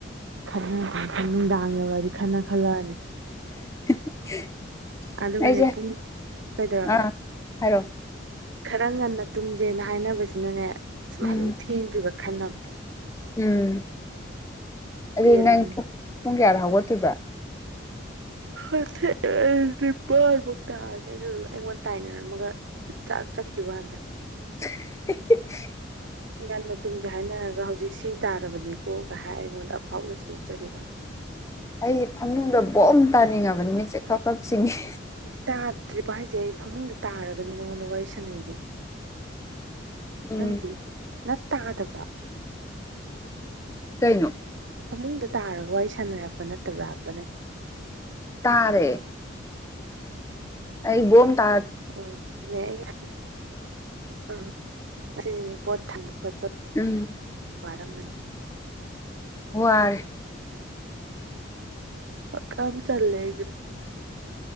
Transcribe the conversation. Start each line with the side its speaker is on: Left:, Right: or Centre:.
Right: ꯈꯠꯅꯗꯔꯗꯤ ꯅꯨꯡꯗꯥꯡ ꯌꯧꯔꯛꯑꯗꯤ ꯈꯠꯅ ꯈꯜꯂꯛꯑꯅꯤ
Left: <inaudible>
Right: ꯑꯗꯨꯒꯅꯦ
Left: ꯑꯩꯁꯦ
Right: ꯄꯨꯡ ꯀꯩꯗꯧꯔꯕ
Left: ꯑꯥ ꯍꯥꯏꯔꯣ
Right: ꯈꯔ ꯉꯟꯅ ꯇꯨꯝꯖꯦꯅ ꯍꯥꯏꯅꯕꯁꯤꯅꯅꯦ ꯁꯨꯃꯥꯏ
Left: ꯎꯝ
Right: ꯑꯗꯨꯝ ꯊꯦꯡꯗꯣꯏꯕ ꯈꯠꯅꯕꯗ
Left: ꯎꯝ꯫ ꯑꯗꯨ
Right: ꯄꯦꯜꯂꯝꯅꯦ
Left: ꯅꯪ ꯄꯨꯡ ꯄꯨꯡ ꯀꯌꯥꯗ ꯍꯧꯒꯠꯇꯣꯏꯕ
Right: ꯑꯩ ꯊꯦꯡꯉꯦ ꯅꯤꯏꯄꯥꯟ ꯃꯨꯛ ꯇꯥꯔꯅꯦ ꯑꯗꯨꯗꯨ ꯑꯩꯉꯣꯟꯗ ꯇꯥꯏꯅꯔꯝꯃꯒ ꯆꯥꯛ ꯆꯠꯈꯤ ꯋꯥꯟꯗ
Left: <inaudible>
Right: ꯉꯟꯅꯥ ꯇꯨꯡꯁꯦ ꯍꯥꯏꯅꯔꯒ ꯍꯧꯖꯤꯛ ꯁꯤ ꯇꯥꯔꯕꯅꯤꯀꯣꯒ ꯍꯥꯏ ꯑꯩꯉꯣꯟꯗ ꯑꯐꯥꯎꯒ ꯁꯥꯖꯤꯟ ꯆꯠꯈꯤ ꯋꯥꯟ
Left: ꯑꯩꯁꯦ ꯐꯃꯨꯡꯗ ꯕꯣꯝ ꯇꯥꯅꯤꯡꯉꯕꯅꯤ ꯃꯤꯠꯁꯦ ꯈꯞ ꯈꯞ ꯆꯤꯡꯉꯦ
Right: ꯇꯥꯗ꯭ꯔꯤꯕꫭ ꯍꯥꯏꯁꯦ ꯐꯃꯨꯡꯗ ꯇꯥꯔꯒꯅꯦ ꯅꯉꯣꯟꯗ ꯋꯥꯔꯤ ꯁꯥꯟꯅꯩꯁꯦ
Left: ꯎꯝ
Right: ꯅꯪꯗꯤ ꯅꯪꯇꯥꯗꯕꫭ
Left: ꯀꯩꯅꯣ
Right: ꯐꯃꯨꯡꯗ ꯇꯥꯔꯒ ꯋꯥꯔꯤ ꯁꯥꯟꯅꯔꯛꯄ ꯅꯠꯇꯕ꯭ꯔꯥꯕ ꯅꯪ
Left: ꯇꯥꯔꯦ ꯑꯩ ꯕꯣꯝ ꯇꯥ
Right: ꯎꯝ ꯑꯗꯨꯅꯦ ꯑꯩ ꯉꯁꯥꯏ ꯎꯝ ꯉꯁꯤ ꯄꯣꯠ ꯊꯥꯡꯕ ꯈꯣꯠꯄ
Left: ꯎꯝ꯫
Right: ꯋꯥꯔꯝꯃꯅꯤ
Left: ꯋꯥꯔꯦ
Right: ꯍꯀꯥꯝ ꯆꯜꯂꯦ ꯑꯩꯁꯨ